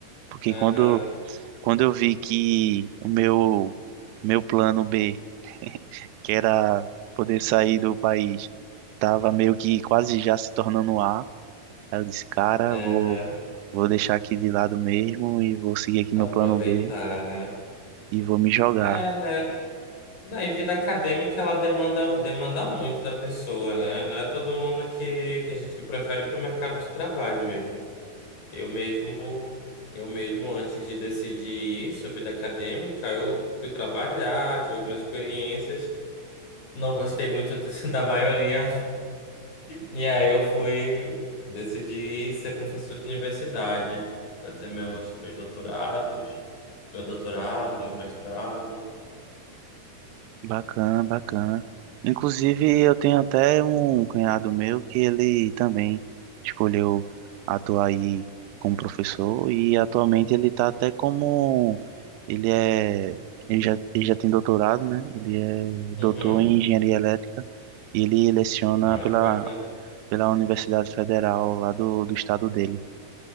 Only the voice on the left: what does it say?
aham,
<laughs> aham.
Aproveitar,
né?
É, né? Daí, vida acadêmica, ela demanda, demanda muito da pessoa, né? Não é todo mundo que... Tem gente que prefere ir para o mercado de trabalho mesmo. Eu mesmo, eu mesmo, antes de decidir isso, vida acadêmica, eu fui trabalhar, tive algumas experiências. Não gostei muito de- <laughs> da maioria. E aí eu fui... Decidi ser professor de universidade. Fazer meus, meus doutorados. Meu doutorado, meu mestrado.
Uhum.
Olha
que bacana.